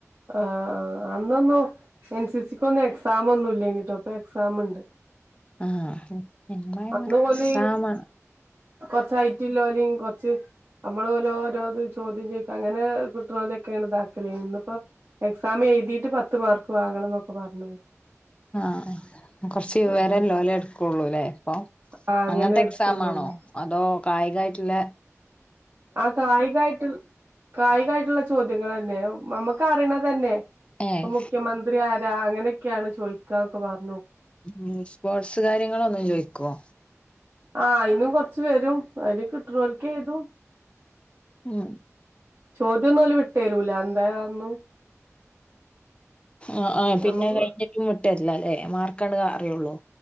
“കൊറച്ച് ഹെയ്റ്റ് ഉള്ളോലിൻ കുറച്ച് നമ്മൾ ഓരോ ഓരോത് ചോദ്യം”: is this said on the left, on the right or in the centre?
Right